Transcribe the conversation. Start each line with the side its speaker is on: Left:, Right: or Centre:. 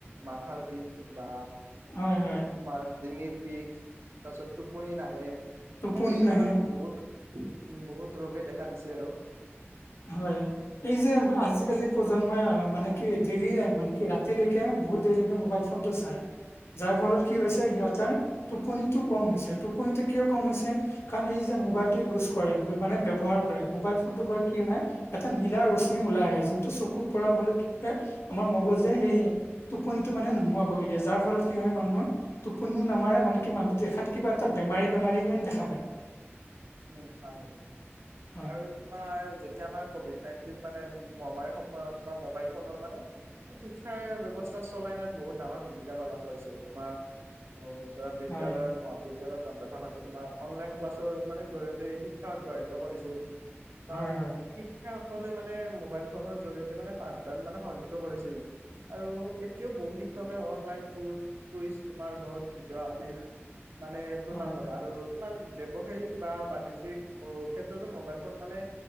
Right: মাথাৰ বিষ। বা
Left: হয় হয়
Right: তোমাৰ ডিঙিৰ বিষ, তাৰপিছত টোপনি নাহে।
Left: টোপনি
Right: সেইবিলাক
Left: নাহে
Right: আৰু বহুত বহুত ৰোগে দেখা দিছে আৰু।
Left: হয় এই যে আজিকালি প্ৰজন্মই মানে কি দেৰি নাই মানে কি ৰাতিলৈকে বহুত দেৰিলৈকে মোবাইল ফোন টো চাই। যাৰ ফলত কি হৈছে,
Right: অ
Left: সিহঁতৰ টোপনিটো কম হৈছে, টোপনিটো কিয় কম হৈছে কাৰণ এইযে। যে মোবাইলটো ইউজ কৰে, মানে ব্যয়হাৰ কৰে, মোবাইল ফোনটো বাৰু কি হয় এটা নীলা ৰশ্মি ওলাই আহে, যোনটো চকুত পৰা ফলে কি হয়, আমাৰ মগজুে হেৰি টোপনিটো মানে নোহোৱা কৰি দিয়ে যাৰ ফলত কি হয় মানুহৰ টোপনিও নামাৰে মানে কি মানুহ দেখাত কিবা এটা বেমাৰী বেমাৰী হেন দেখা পায়।
Right: উম, হয়, হয়
Left: হয়,
Right: আৰু তোমাৰ যেতিয়া। এতিয়া আমাৰ কভিড নাইনটিন মানে মহামাৰীৰ সময়ত তোমাৰ মোবাইল ফোনৰ মানে শিক্ষাৰ ব্যয়ৱস্থা চলাইনাত বহুত ডাঙৰ ভূমিকা পালন কৰিছে তোমাৰ অ'। ধৰা বিদ্যালয়ৰ
Left: হয়,
Right: মহাবিদ্য়ালয় বন্ধ থকাতে তোমাৰ অনলাইন ক্লাছৰ। মানে জৰিয়তে শিক্ষা অব্যাহিত কৰিছিল বা
Left: হয়, হয়,
Right: শিক্ষা সকলে মানে মোবাইল ফোনৰ জৰিয়িয়তে মানে পাঠদান মানে সংযক্ত কৰিছিল আৰু এতিয়াও বহু শিক্ষ অনলাইন যোচ কুইজ তোমাৰ নোট ভিডিঅ' আদি। মানে প্ৰদান
Left: হয়।
Right: কৰে আৰু তোমাৰ ব্যবসায়। স, বা বাণিজ্যিক ক্ষেত্ৰতো মোবাইল ফোন মানে